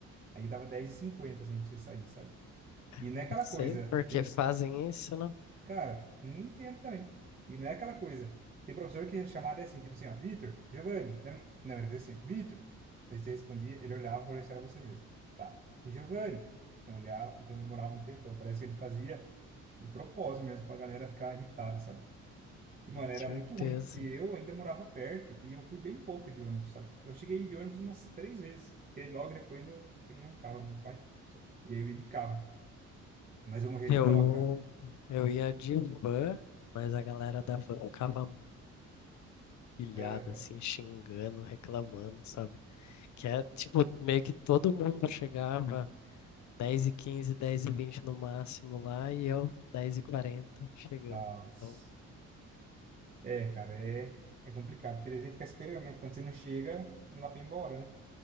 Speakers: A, on the right; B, on the left.
A: Aí dava 10,50, assim, pra você sair, sabe? E não
B: não
A: é aquela
B: sei
A: coisa,
B: por que
A: tem,
B: fazem isso, né?
A: cara, não entendo também. E não é aquela coisa, tem professor que a chamada é assim, tipo assim, ó, Vitor, Giovanni, não, não, ele fazia assim, Vitor. Aí você respondia, ele olhava para ver se era você mesmo. Tá. E Giovanni, eu olhava, então demorava um tempão, parece que ele fazia de propósito mesmo, pra galera ficar irritada, sabe? E, mano,
B: Com
A: era
B: certeza.
A: muito ruim, porque eu ainda morava perto e eu fui bem pouco de ônibus, sabe? Eu cheguei de ônibus umas três vezes, porque logo depois eu ganhei um carro do meu pai, e aí eu ia de carro. Mas eu morria
B: Eu,
A: de dó, cara.
B: eu ia de van, mas a galera da van ficava pilhada,
A: Aham.
B: assim, xingando, reclamando, sabe? Que é, tipo, meio que todo mundo chegava 10 e 15, 10 e 20 no máximo lá e eu 10 e 40 chegando.
A: Nossa.
B: Então,
A: É, cara, é, é complicado, porque daí tem que ficar esperando, né? Quando você não chega, não dá pra ir embora, né?